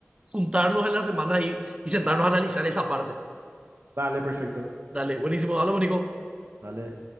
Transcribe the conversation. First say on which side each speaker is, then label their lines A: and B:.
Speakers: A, on the right (about 25°); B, on the right (about 70°).
A: juntarnos en la semana y, y sentarnos a analizar esa parte.
B: Dale, perfecto.
A: Dale, buenísimo, dale, Mónico.
B: Dale.